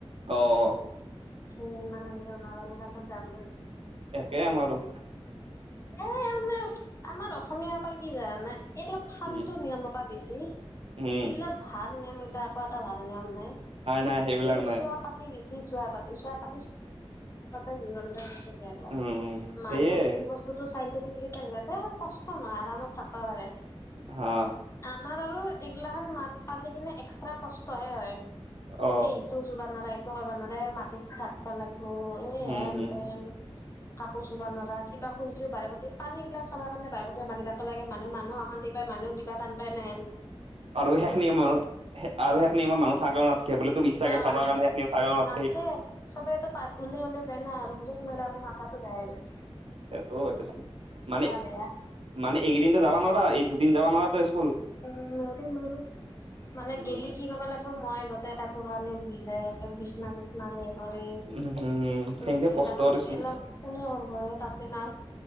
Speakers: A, on the right; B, on the left.
A: অ'।
B: <unintelligible>
A: এ কেই আমাৰোঁ।
B: এ মানে আমাৰ অসমীয়াৰ <unintelligible> এইবিলাক ভালতটো
A: কি
B: নিয়মৰ পৰা বেছি
A: উম
B: যিগিলা ভাল নিয়ম এইিলাক আকৌ এটা ভাল নিয়ম নাই,
A: নাই সেইবিলাক
B: এই
A: নাই
B: চোৱা পাতি বেছি চোৱা পাতি চোৱা পা চোৱাপাতি
A: উম উম সেয়ে
B: <unintelligible> <unintelligible> পাৰে
A: হা
B: আমাৰ আৰু এইগিলাখান ম পালি কিনে এক্স্ৰা কষ্টহে হয়
A: অ
B: এইটো জ ন ত মানতে মাটিত থঢাকিবা লাগিবো এই
A: উম
B: হেনতেন।
A: উম
B: কাকো চব নৰা কিবা খুজিলও ভ পা পানীিলা চাব কাৰণে ভে পাতে মাৰি থাক লাগে মানুহানুহ আহ এইাৰা মুহ দিবা টান পাই নহেন
A: আৰু সেইখিয় ম আৰু সেইখমত মানুহ থাকে নথকে বুলি তো ইচছাাক
B: অ।
A: খাব কাৰণে থাক নথ
B: নাথে চবেইো প ওলোই ওলে যায় না আৰু সটো সময়ত আকৌ মাথাাতটো বেয়াই গায়।
A: সেইটোটো মানে
B: বেয়া
A: মানে এইকেইদিনত যাবা নোৱাৰা এই দুদিন যাবা নোৱাৰা স্কুল
B: উম নৰো নৰো মানে
A: উম
B: গেলি কি কবা লাগিব মই গ তাপণে ভজাই বিচনা নিচনা হেই কৰি
A: উম হম
B: উ
A: সেনকে
B: এইলাখান
A: কষ্ট দেচোন
B: এইলাহ কোনে কৰ তাতে না